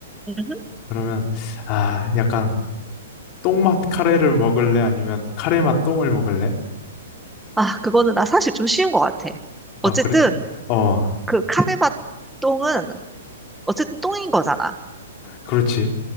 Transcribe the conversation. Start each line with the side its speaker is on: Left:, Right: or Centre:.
Centre: 음흠.
Left: 그러면 아, 약간 똥맛 카레를 먹을래? 아니면 카레맛 똥을 먹을래?
Centre: 아, 그거는 나 사실 좀 쉬운 것 같아.
Left: 아,
Centre: 어쨌든
Left: 그래? 어,
Centre: 그 카레맛 똥은 어쨌든 똥인 거잖아.
Left: 그렇지.